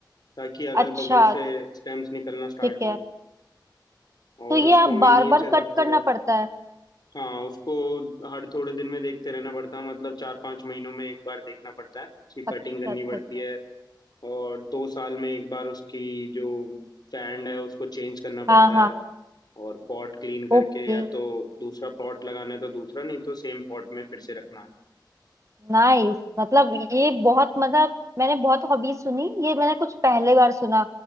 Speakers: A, on the left; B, on the right.
A: ताकि अगल
B: अच्छा
A: बगल से स्टेम्स निकलना स्टार्ट
B: ठीक
A: हो
B: है
A: और
B: तो ये
A: उसको
B: आप
A: मिनिएचर
B: बार बार कट
A: रखते
B: करना
A: हुए
B: पड़ता है
A: हाँ उसको हर थोड़े दिन में देखते रहना पड़ता है मतलब चार पांच महीनों में एक बार देखना पड़ता है उसकी कटिंग
B: अच्छा
A: करनी
B: अच्छा
A: पड़ती
B: अच्छा
A: है और दो साल में एक बार उसकी जो सैंड है उसको चेंज करना पड़ता
B: हाँ हाँ
A: है और पॉट क्लीन करके
B: ओके
A: या तो दूसरा पॉट लगाना है तो दूसरा नहीं तो सेम पॉट में फिर से रखना है
B: नाइस मतलब ये बहुत मतलब मैंने बहुत हॉबी सुनी ये मैंने कुछ पहले बार सुना